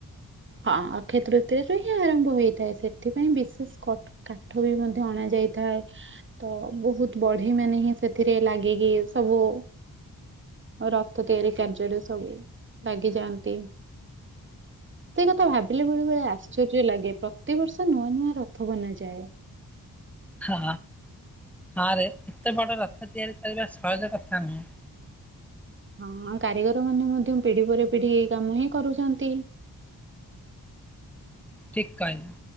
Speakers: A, on the right (about 30°); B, in the centre.
A: ହଁ ଅକ୍ଷୟ ତୃତୀୟରେ ହିଁ ଆରମ୍ଭ ହେଇଥାଏ ସେଥିପାଇଁ ବିଶେଷ କଠ କାଠ ବି ମଧ୍ୟ ଅଣା ଯାଇଥାଏ। ତ ବହୁତ ବଢେଇ ମାନେ ହିଁ ସେଥିରେ ଲାଗିକି ସବୁ ରଥ ତିଆରି କାର୍ଯ୍ୟରେ ସବୁ ଲାଗିଯାଆନ୍ତି। ସେ କଥା ଭାବିଲେ ବେଳୁ ବେଳେ ଆଶ୍ଚର୍ଯ୍ୟ ଲାଗେ ପ୍ରତିବର୍ଷ ନୂଆ ନୂଆ ରଥ ବନାଯାଏ।
B: ହଁ ହଁରେ ଏତେ ବଡ ରଥ ତିଆରି କରିବା ସହଜ କଥା ନୁହେଁ।
A: ହଁ କାରିଗର ମାନେ ମଧ୍ୟ ପିଢି ପରେ ପିଢି ଏଇ କାମ ହିଁ କରୁଛନ୍ତି।
B: ଠିକ୍ କହିଲ